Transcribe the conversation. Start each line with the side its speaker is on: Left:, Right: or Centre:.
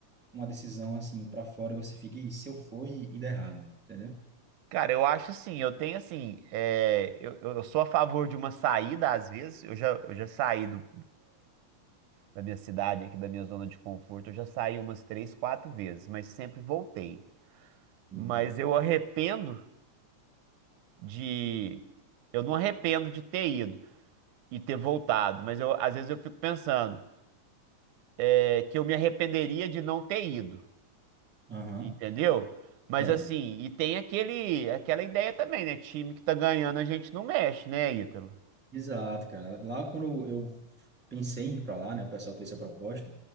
Centre: uma decisão assim para fora e você fica, "Ih, se eu for e e der errado, entendeu?
Right: Cara, eu acho assim, eu tenho assim, é, eu, eu sou a favor de uma saída às vezes, eu já, eu já saí do- da minha cidade aqui, da minha zona de conforto, eu já saí umas três, quatro vezes, mas sempre voltei.
Centre: Uhum.
Right: Mas eu arrependo de, eu não arrependo de ter ido, e ter voltado. Mas eu, às vezes eu fico pensando é, que eu me arrependeria de não ter ido,
Centre: Aham.
Right: entendeu? Mas
Centre: É.
Right: assim, e tem aquele, aquela ideia também, né? Time que tá ganhando, a gente não mexe, né, Ítalo?
Centre: Exato, cara. Lá quando eu pensei em ir para lá, né, o pessoal fez essa proposta,